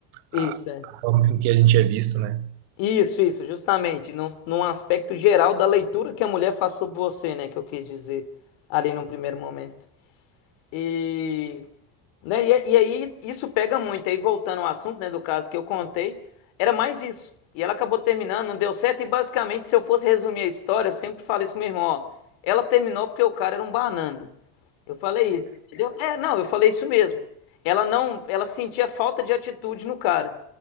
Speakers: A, on the left (about 65°); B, on the right (about 65°).
A: Isso,
B: a,
A: é.
B: a forma com que a gente é visto, né?
A: Isso, isso, justamente, num, num aspecto geral da leitura que a mulher faz sobre você, né? Que eu quis dizer ali num primeiro momento. E, né, e, é, e aí isso pega muito. Aí voltando ao assunto, né, do caso que eu contei, era mais isso. E ela acabou terminando, não deu certo. E basicamente, se eu fosse resumir a história, eu sempre falei isso com meu irmão, ó, ela terminou porque o cara era um banana. Eu falei isso, entendeu? É, não, eu falei isso mesmo. Ela não, ela sentia falta de atitude no cara.